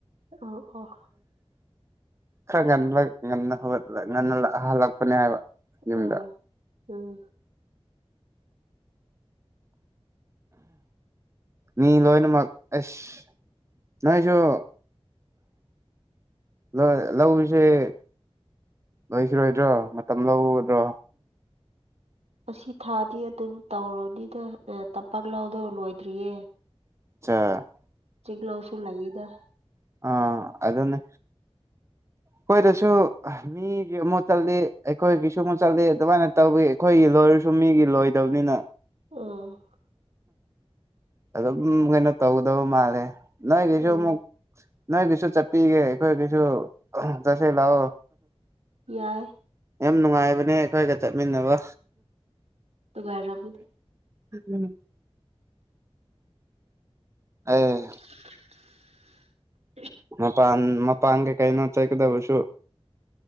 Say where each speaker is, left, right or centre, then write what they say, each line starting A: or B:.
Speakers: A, on the right; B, on the right.
A: ꯑꯣ ꯑꯣ ꯑꯣ
B: ꯈꯔ ꯉꯟꯕ ꯉꯟꯅ ꯍꯧꯛꯠꯂꯒ ꯉꯟꯅ ꯍꯜꯂꯛꯄꯅꯦ ꯍꯥꯏꯕ ꯌꯨꯝꯗ
A: ꯑꯥ ꯎꯝ
B: ꯃꯤ ꯂꯣꯏꯅꯃꯛꯃꯛ ꯑꯦꯁ ꯅꯁꯨꯣ ꯂꯧꯁꯦ ꯂꯣꯏꯁꯤꯔꯣꯏꯗ꯭ꯔꯣ ꯃꯇꯝ ꯂꯧꯒꯗ꯭ꯔꯣ
A: ꯑꯁꯤ ꯊꯥꯗꯤ ꯑꯗꯨꯝ ꯇꯧꯔꯕꯅꯤꯗ ꯇꯝꯄꯥꯛ ꯂꯥꯎꯗꯧ ꯂꯣꯏꯗ꯭ꯔꯤꯌꯦ
B: ꯆꯥ
A: ꯆꯤꯒꯂꯣ ꯁꯨ ꯂꯩꯗ
B: ꯑꯥ ꯑꯗꯨꯅꯦ ꯑꯈꫭꯏꯗꯁꯨ ꯃꯤꯒꯤ ꯑꯃꯨꯛ ꯆꯠꯂꯤ ꯑꯩꯈꯣꯏꯒꯤꯁꯨ ꯑꯃꯨꯛ ꯆꯠꯂꯤ ꯑꯗꯨꯃꯥꯏꯅ ꯇꯧꯋꯤ ꯑꯩꯈꯣꯏꯒꯤ ꯂꯣꯏꯔꯁꯨ ꯃꯤꯒꯤ ꯂꯣꯏꯗꯕꯅꯤꯅ
A: ꯎꯝ
B: ꯑꯗꯨꯝ ꯀꯩꯅꯣ ꯇꯧꯒꯗꯕ ꯃꯥꯜꯂꯦ ꯅꯣꯏꯒꯤꯁꯨ
A: ꯎꯝ
B: ꯑꯃꯨꯛ ꯅꯣꯏ ꯀꯩꯁꯨ ꯆꯠꯄꯤꯒꯦ ꯑꯩꯈꯣꯏ ꯀꯩꯁꯨ ꯆꯠꯁꯤ ꯂꯥꯛꯑꯣ
A: ꯌꯥꯏ
B: ꯌꯥꯝ ꯅꯨꯡꯉꯥꯏꯕꯅꯦ ꯑꯩꯈꯣꯏꯒ ꯆꯠꯃꯤꯟꯅꯕ
A: ꯅꯨꯒꯥꯏꯔꯝꯒꯅꯤ
B: ꯎꯝ ꯑꯦ
A: <inaudible>
B: ꯃꯄꯥꯟ ꯃꯄꯥꯡꯒꯩ ꯀꯩꯅꯣ ꯆꯠꯒꯗꯕꯁꯨ